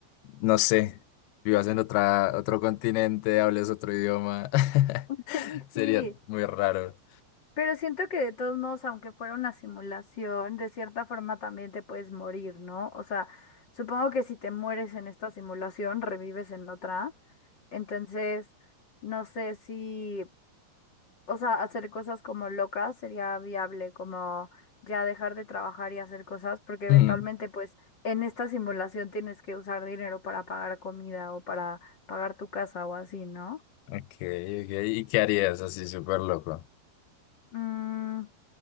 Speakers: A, on the left (about 75°); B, on the left (about 30°).
A: no sé, vivas en otra, otro continente, hables otro idioma? <laughs>
B: <laughs>
A: Sería
B: Sí.
A: muy raro.
B: Pero siento que de todos modos, aunque fuera una simulación, de cierta forma también te puedes morir, ¿no? O sea, supongo que si te mueres en esta simulación, revives en otra. Entonces, no sé si, o sea, hacer cosas como locas sería viable, como ya dejar de trabajar y hacer cosas, porque eventualmente,
A: Mm,
B: pues, en esta simulación tienes que usar dinero para pagar comida o para pagar tu casa o así, ¿no?
A: Ok, ok, ¿y qué harías así súper loco?
B: Mm.